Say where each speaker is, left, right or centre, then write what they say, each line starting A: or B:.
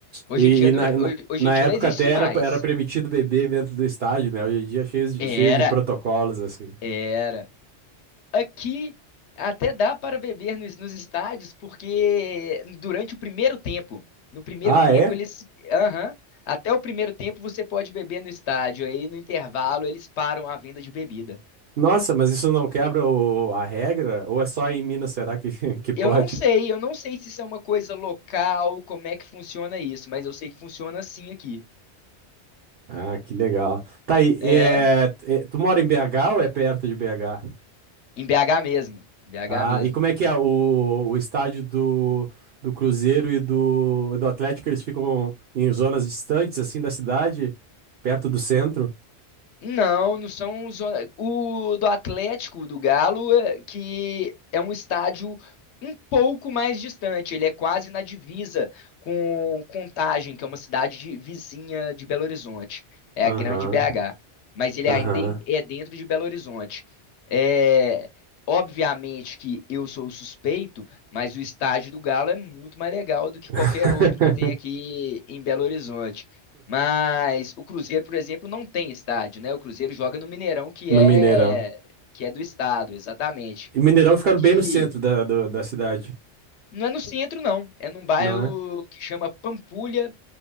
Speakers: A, on the left; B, on the right.
A: Hoje
B: E,
A: em dia
B: e na,
A: não, é-
B: na,
A: ho- hoje
B: na
A: em dia
B: época
A: não existe
B: até
A: isso
B: era,
A: mais.
B: era permitido beber dentro do estádio, né? Hoje em dia é cheio, de-
A: Era,
B: cheio de protocolos, assim.
A: era. Aqui até dá para beber nos, nos estádios, porque durante o primeiro tempo, no primeiro
B: Ah,
A: tempo
B: é?
A: eles, aham, até o primeiro tempo você pode beber no estádio, aí no intervalo eles param a venda de bebida.
B: Nossa, mas isso não quebra o- a regra? Ou é só em Minas, será que, <laughs> que pode?
A: Eu não sei, eu não sei se isso é uma coisa local, como é que funciona isso, mas eu sei que funciona assim aqui.
B: Ah, que legal. Tá aí,
A: É,
B: é, é, tu mora em BH ou é perto de BH?
A: em BH mesmo, em BH
B: Ah,
A: mesmo.
B: e como é que é o, o estádio do, do Cruzeiro e do, do Atlético? Eles ficam em zonas distantes, assim, da cidade, perto do centro?
A: Não, não são zona. O do Atlético, do Galo, é- que é um estádio um pouco mais distante. Ele é quase na divisa com Contagem, que é uma cidade de- vizinha de Belo Horizonte. É
B: Aham,
A: a grande BH. Mas ele
B: aham.
A: ainda em- é dentro de Belo Horizonte. É, obviamente que eu sou o suspeito, mas o estádio do Galo é muito mais legal do que
B: <laughs>
A: qualquer outro que tem aqui em Belo Horizonte. Mas o Cruzeiro, por exemplo, não tem estádio, né? O Cruzeiro joga no Mineirão, que
B: No
A: é
B: Mineirão.
A: que é do estado, exatamente.
B: E Mineirão fica bem
A: Que
B: no centro da, do- da cidade,
A: não é no centro, não. É num bairro
B: não é?
A: que chama Pampulha,